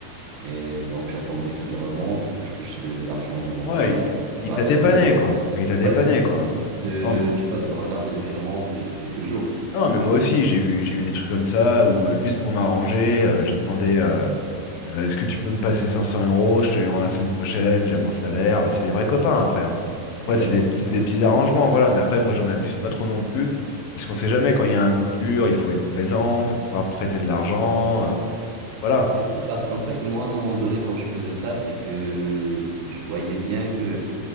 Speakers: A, on the right; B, on the left.
A: Et donc, j'attendais qu'il remonte ou que je touche de l'argent de mon
B: Ouais,
A: travail.
B: il, il- il
A: Genre
B: t'a
A: académien.
B: dépanné, quoi. Ah, Il t'a dépanné,
A: Ouais, ça suffit
B: quoi.
A: de,
B: Non, mais,
A: tu vois, de retarder le virement de quelques jours.
B: non, mais moi aussi, j'ai eu, j'ai eu des trucs comme ça, où euh, juste pour m'arranger, euh, j'ai demandé. euh, Euh, Est-ce que tu peux me passer 500 euros? Je te les rends la semaine prochaine, j'ai mon salaire. Bah, c'est des vrais copains après. hein. Après,
A: Exactement.
B: c'est des, c'est des petits arrangements, voilà. Mais après, moi, j'en abuse pas trop non plus. Parce qu'on sait jamais, quand il y a un coup dur, il faut être présent, faut pouvoir prêter de l'argent. euh, voilà.
A: C'était parce qu'en fait, moi, à un moment donné, quand je faisais ça, c'est que je voyais bien que,